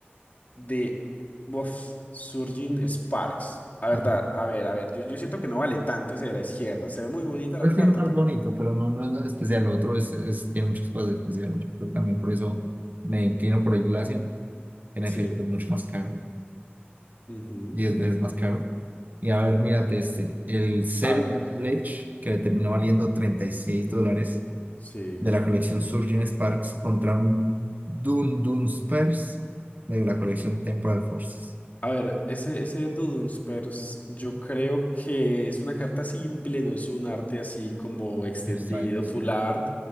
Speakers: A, on the left (about 40°); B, on the right (about 45°).
A: de Bof, surging Sparks. A verdad,
B: Ajá.
A: a ver, a ver, yo, yo siento que no vale tanto ese de la izquierda. Se ve muy bonita
B: Pues
A: la carta,
B: sí, más
A: pero
B: bonito, pero no, no es nada especial. Lo otro es, es- tiene muchas cosas especiales. Yo creo que también por eso me inclino por el Glacian. En
A: sí.
B: efecto, es mucho más caro,
A: ujú.
B: 10 veces más caro. Y a ver, mírate este, el Zero
A: A ver,
B: Ledge, que le terminó valiendo 36 dólares,
A: sí.
B: de la colección Surging Sparks contra un Dun Dun Spurs de la colección Temporal Forces.
A: A ver, ese, ese Dudunsparce, yo creo que es una carta simple, no es un arte así como extendido,
B: Extraño. sí.
A: full art.